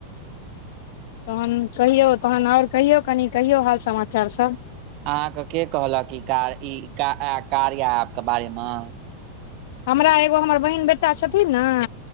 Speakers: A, on the left (about 50°); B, on the right (about 40°).
A: तहन कहियौ तहन ओर कहियौ कनि कहियौ हाल समाचार सब
B: अहाँके के कहलक ई कार्या ई कार्या ऐप्प क बारेमे
A: हमरा एगो हमर बहिन बेटा छथिन न